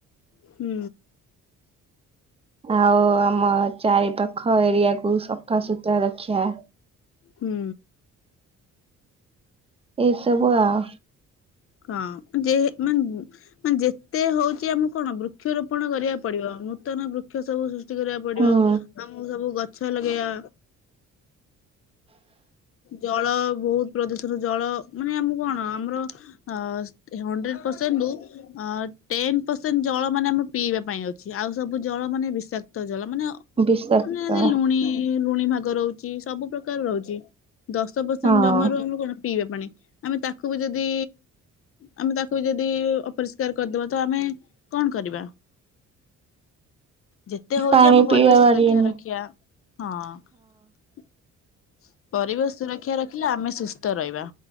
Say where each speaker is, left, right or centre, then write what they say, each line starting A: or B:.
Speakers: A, on the left; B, on the right.
A: ହୁଁ।
B: ଆଉ ଆମ ଚାରି ପାାଖ ଏରିଆକୁୁ ସଫା ସୁତୁରା ରଖିଆ।
A: ହୁଁ।
B: ଏଇ ସବୁ ଆଉ
A: ହଁ ଯେହ୍ ମାନ୍ ମାନେ ଯେତେ ହଉଛି ଆମକୁ କଣ ବୃକ୍ଷରୋପଣ କରିବାକୁ ପଡିବ ମୁ ନୂତନ ବୃକ୍ଷ ସବୁ ସୃଷ୍ ଷ୍ଟି କରିବାକୁ ପଡିବ
B: ହୁଁ
A: ଆମକୁ ସବୁ ଗଛ ଲଗେଇବା ଜଳ ବହୁତ ପ୍ରଦୂଷଣ। ରୁ ଜଳ ମାନେ ଆମକୁ କଣ ଆମର ଅ ହଣ୍ଡ୍ରେଡ ପର୍ସେଣ୍ଟ ରୁ ଅ ଟେନ ପରସେଣ୍ଟ ଜଳ ମାନେ ଆମେ ପିଇବା ପାଇଁ ଅଛି ଆଉ ସବୁ ଜଳ ମାନେ ବିଷାକ୍ତ ଜଳ। ମାନେ
B: ବିଷାକ୍ତ
A: ଅନ୍ୟାନ୍ୟ ଲୁଣି ଲୁଣି ଭାଗ ରହୁଛି ସବୁ ଦର ରହୁଛି ଦଶ ପରସେଣ୍ଟ
B: ହଁ
A: ଜମାରୁ ଆମର କଣ ପିଇବା ପାଣି। ଆମେ ତାକୁ ବି ଯଦି ଆମେ ତାକୁ ବି ଯଦି ଅପରିଷ୍କାର କାର କରିଦବା ତ ଆମେ କଣ କରିବା ଯେତେ ହଉଛି
B: ପାଣି
A: ଆମ ପରିବେଶ
B: ପିଇବା
A: ସୁରକ୍ଷା
B: ବାରିଏନି
A: ରକ୍ଷିବା ହଁ। ପରିବେଶ ସୁରକ୍ଷା ରଖିଲେ ଆମେ ସୁସ୍ଥ ରହିବା